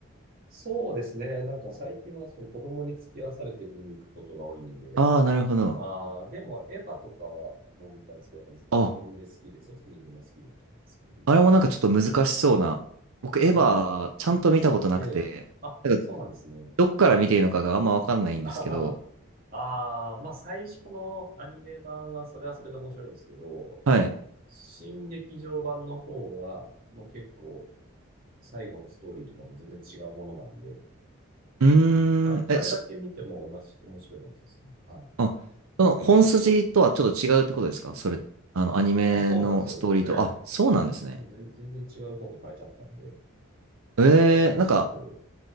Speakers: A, on the right; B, on the right.
A: そうですね。なんか最近はその子供に付き合わされて見に行くことが多いんで、
B: ああー、なるほど。
A: ああ、でもエヴァとかはもう見たんですけど、やっぱ自自分で好きで、
B: あ、
A: そっち自分が好きでとかなんですけどね。
B: あれもなんかちょっと難しそうな。
A: うん。
B: 僕、エヴァ、
A: はい。
B: ちゃんと見たことなくて、
A: ええ。あ、
B: なんか、
A: そうなんですね。
B: どっから見ていいのかがあんまわかんないんですけど、
A: <laughs> あはははあー、まあ最初のアニメ版はそれはそれで面白いんですけど、
B: はい。
A: 新劇場版の方は、もう結構、最後のストーリーとかも全然違うものなんで、
B: うーん、
A: あれ、あれだけ見てもおまし、
B: え、そ、
A: 面白いかもしれないですね。はい。
B: あ、その本筋とはちょっと違うってことですかそれ、
A: そう。
B: あの、アニメのストーリーと。
A: あ、そうなんですよ。ええ。
B: あ、そうなんですね。
A: もう全、全然違う方に変えちゃったんで、
B: えー、
A: 新しく、
B: なんか、